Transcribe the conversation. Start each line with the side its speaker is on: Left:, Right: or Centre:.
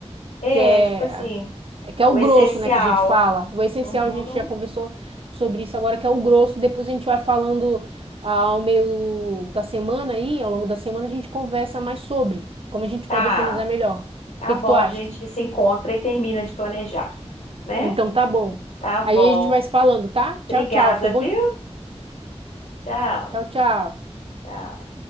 Left: É,
Right: que é,
Left: tipo assim,
Right: é que é o
Left: o essencial.
Right: grosso, né, que a gente fala. O essencial
Left: Uhum.
Right: a gente já conversou sobre isso agora, que é o grosso. Depois a gente vai falando ah, ao meio da semana aí, ao longo da semana a gente conversa mais sobre como a gente
Left: Tá,
Right: pode organizar melhor. O
Left: tá
Right: que
Left: bom,
Right: que tu acha?
Left: a gente se encontra e termina de planejar, né?
Right: Então tá bom.
Left: Tá bom.
Right: Aí a gente vai se falando, tá?
Left: Obrigada,
Right: Tchau, tchau. Foi bom.
Left: viu? Tchau,
Right: Tchau, tchau.
Left: tchau.